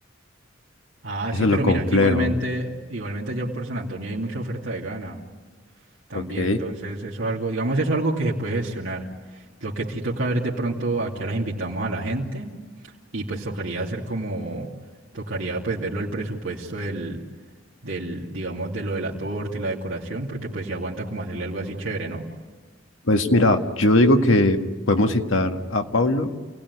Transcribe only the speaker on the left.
Eso
es lo complejo.
Ok.
Pues mira, yo digo que podemos citar a Pablo